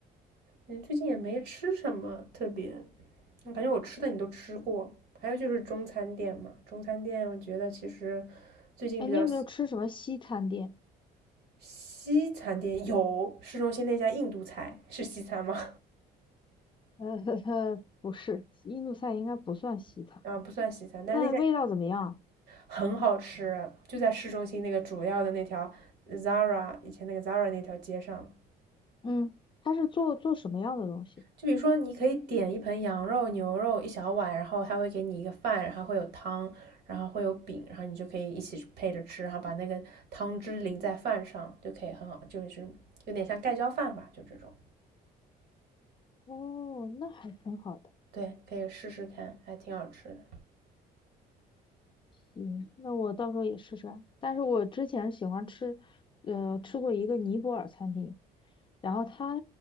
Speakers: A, on the right; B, on the left.
A: 嗯，最近也没吃什么特别，我感觉我吃的你都吃过。还有就是中餐店嘛，中餐店我觉得其实最近比较西
B: 哎，你有没有吃什么西餐店？
A: 西餐店有市中心那家印度菜是西餐吗？
B: <laughs> 呃，呵呵，不是，印度菜应该不算西餐。
A: <laughs> 啊，不算西餐，
B: 那味道怎么样啊
A: 但是那家很好吃，就在市中心那个主要的那条 Zara 以前那个 Zara 那条街上，
B: 嗯，他是做做什么样的东西？
A: 就比如说，你可以点一盆羊肉、牛肉一小碗，然后他会给你一个饭，然后会有汤，然后会有饼，然后你就可以一起配着吃，然后把那个汤汁淋在饭上，就可以很好，就是有点像盖浇饭吧，就这种。
B: 哦，那还挺好的。
A: 对，可以试试看，还挺好吃的。
B: 行，那我到时候也试试啊但是我之前喜欢吃，呃，吃过一个尼泊尔餐厅，然后他